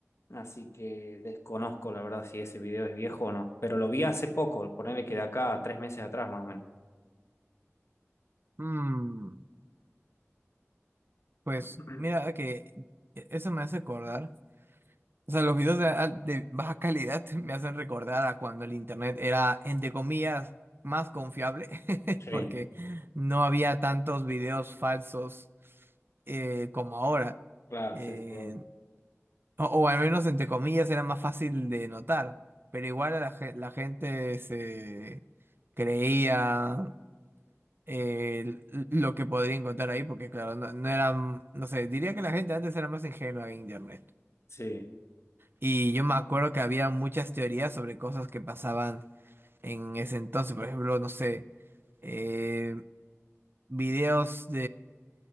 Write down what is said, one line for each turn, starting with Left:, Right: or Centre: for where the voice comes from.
Left: así que desconozco, la verdad, si ese video es viejo o no. Pero lo vi hace poco, ponerle que de acá a tres meses atrás, más o menos.
Right: Mm, pues
Left: <clears throat>
Right: mira que e, eso me hace acordar. O sea, los videos de, al- de baja calidad <laughs> me hacen recordar a cuando el internet era, entre comillas, más confiable, <laughs>
Left: Sí,
Right: porque no había tantos videos falsos eh, como ahora.
Left: claro,
Right: Eh,
Left: sí, sí. obvio.
Right: O, o al menos entre comillas era más fácil de notar, pero igual a la, ge- la gente se creía eh, l- lo que podría encontrar ahí, porque claro, no, no eran, no sé, diría que la gente antes era más ingenua en internet.
Left: Sí.
Right: Y yo me acuerdo que había muchas teorías sobre cosas que pasaban en ese entonces, por ejemplo, no sé, eh, videos